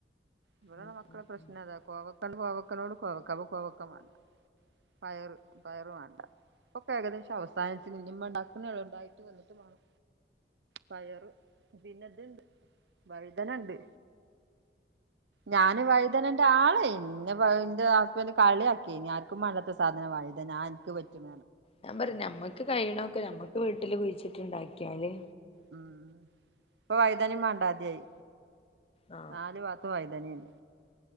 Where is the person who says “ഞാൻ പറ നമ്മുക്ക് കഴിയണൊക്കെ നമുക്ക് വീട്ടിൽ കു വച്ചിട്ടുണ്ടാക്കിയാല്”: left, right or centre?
Left